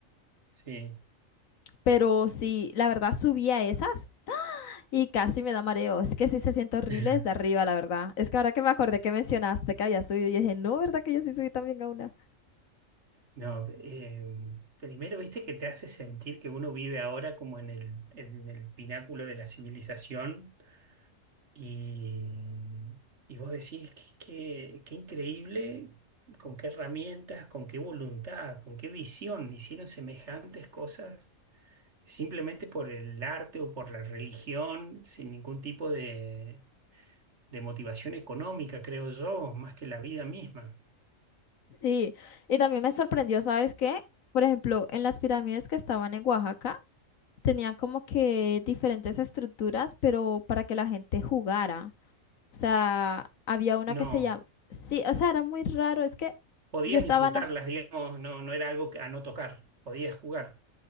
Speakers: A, on the right (about 60°); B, on the left (about 80°).
A: Sí.
B: Pero sí, la verdad subí a esas y casi me da mareo. Es que sí se siente horrible
A: <laughs>
B: desde arriba, la verdad. Es que ahora que me acordé que mencionaste que había subido, yo dije, no, ¿verdad que yo sí subí también a una?
A: No, eh, primero, viste que te hace sentir que uno vive ahora como en el, en el pináculo de la civilización Y, y vos decís que, que- qué increíble con qué herramientas, con qué voluntad, con qué visión hicieron semejantes cosas simplemente por el arte o por la religión, sin ningún tipo de, de motivación económica, creo yo, más que la vida misma.
B: Sí, y también me sorprendió, ¿sabes qué? Por ejemplo, en las pirámides que estaban en Oaxaca, tenían como que diferentes estructuras, pero para que la gente jugara. O sea, había una
A: No,
B: que se llama... Sí, o sea, era muy raro. Es que
A: podías
B: yo estaba...
A: disfrutarlas,
B: na-
A: digamos, no, no era algo que- a no tocar, podías jugar.